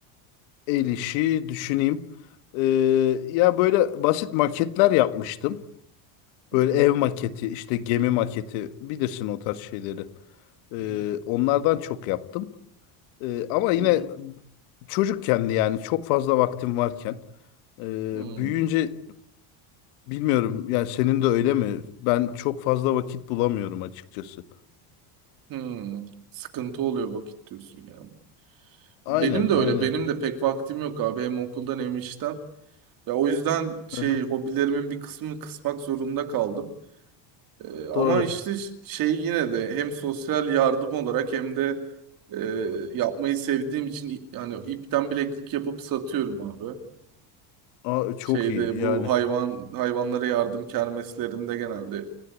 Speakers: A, on the left; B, on the right.
A: el işi düşüneyim. E, ya böyle basit maketler yapmıştım.
B: Hı
A: Böyle
B: hı,
A: ev maketi, işte gemi maketi bilirsin o tarz şeyleri. E,
B: hı hı,
A: onlardan çok yaptım. E, ama yine
B: hı
A: çocukken çocukkendi yani çok fazla vaktim varken. Ee,
B: hı,
A: büyüyünce Bilmiyorum yani senin de öyle mi? Ben çok fazla vakit bulamıyorum açıkçası.
B: hı Sıkıntı oluyor vakit diyorsun yani.
A: Aynen
B: Benim de öyle.
A: aynen.
B: Benim de pek vaktim yok abi. Hem okuldan hem işten. Ya o yüzden şey
A: Hı hı,
B: hobilerimin bir kısmını kısmak zorunda kaldım. Ee, ama
A: doğru.
B: işte ş- şey yine de hem sosyal yardım olarak hem de e, yapmayı sevdiğim için i- yani ipten bileklik yapıp satıyorum abi.
A: Aa, çok
B: Şeyde
A: iyi yani.
B: bu hayvan hayvanlara yardım kermeslerinde genelde